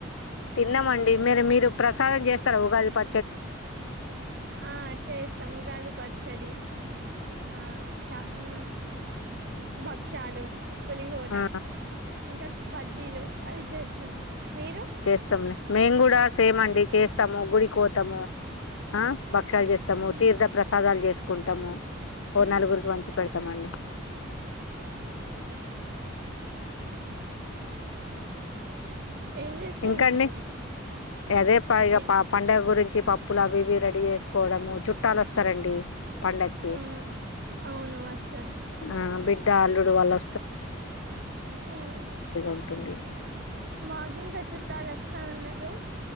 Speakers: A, on the left; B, on the right.
A: తిన్నమండి మేర మీరు ప్రసాదం చేస్తారు ఉగాది ప
B: ఆ చేస్తాము ఉగాడి పచ్చడి ఆ చా ఆ భక్షలు పులిహోదా
A: ఆ
B: ఇంకా బజ్జీలు అవి చేస్తాం మీరు
A: చేస్తాంనే మే కూడాడ దస్ సేమండి చేస్తాము గుడి పోతాము ఆ భక్ష్యాలు చేస్తాము
B: మ్మ్
A: తీర్థ ప్రసాదాలు చేసుకుంటాము ఓ
B: మ్మ్
A: నలుగురికి వంచి పెడతామండి
B: మ్మ్ <inaudible> ఏం చేస్తుందండి
A: ఇంకా అండి
B: మీరు
A: అదే ఇగ
B: ఏ
A: ప పండగ గురించి పప్పులా అవి ఇవి రెడి చేసుకోవడం చుట్టాలు వస్తరండి పండక్కి
B: మ్మ్ అవును వస్తారు
A: ఆ బిడ్డ అల్లుడు వాళ్ళొ
B: మ్
A: ఉంటుంది
B: మాకింక చు ట్టాలు వస్తా ఉన్నరు